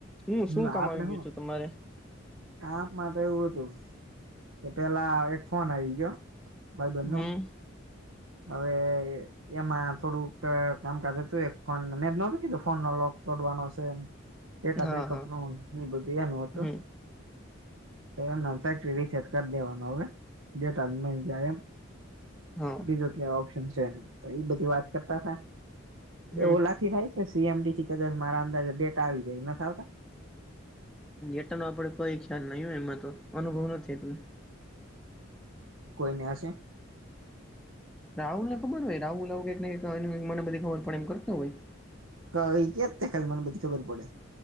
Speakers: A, in the centre; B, on the right.
A: હું
B: હમ્મ
A: શું
B: આપડે
A: કામ આવી
B: શું
A: ગયું છું તમારે
B: આપમાં તો એવું હતું કે પેલા એક ફોન આવી ગયો ભાઈ બન્નો
A: હમ
B: હવે એમાં થોડુંક કામકાજ હતું એક ફોન મે નતું કીધું ફોન નો લોક તોડવાનો છે ડેટા
A: હા
B: બેકઅપ
A: હા
B: નું એ બધું એનું હતું
A: હમ
B: તો એમ નામ શેટ કરી દેવાનો હવે જો તમાં જાય એમ
A: હા
B: બીજો ક ઓપ્શન છે નઈ એ તો એ બધી વાત કરતા હતા
A: હમ
B: એ ઓલા થી થાય સીએમડી થી કદાચ મારા અંદાજે ડેટા આવી જાય નથ આવતા
A: ડેટા નો આપડે કોઈ ખ્યાલ નહીં હો એમાં તો અનુભવ નથી એટલુ
B: કોઈ ને હશે
A: રાહુલને ખબર હોય રાહુલ આવું કઈકઈ મનેધ ખબર પણ એમ કરતો હોય
B: કઈ કે અત્યારે ખાલી મને બધી ખબર પડે